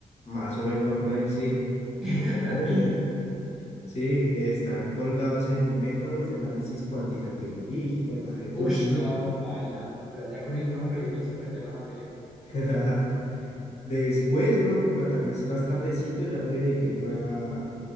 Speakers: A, on the left (about 50°); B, in the centre.
A: Más o menos va por ahí, sí.
B: <laughs>
A: Muy bien. Sí, está colgados en métodos de análisis cuantitativo. Hijo de madre, tú
B: Ush,
A: lo vieras.
B: no, paila. O sea, ya con el nombre me hizo perder la materia.
A: <laughs> Después, bro, por la tarde, más tardecito ya me dediqué, fue a,